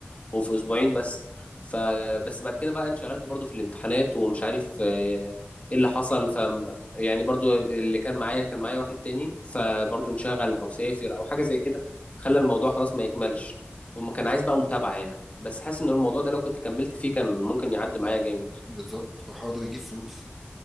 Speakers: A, on the left; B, in the centre.
A: وفي اسبوعين بس فبس بعد كده بقى انشغلت برضو في الامتحانات ومش عارف آه، ايه اللي حصل ف يعني برضو اللي كان معايا كان معايا واحد تاني فبرضو انشغل او سافر او حاجه زي كده خلى الموضوع خلاص ما يكملش وما كان عايز بقى متابعه يعني بس حاسس ان الموضوع ده لو كنت كملت فيه كان ممكن يعدي معايا جامد
B: بالظبط والحوار ده بيجيب فلوس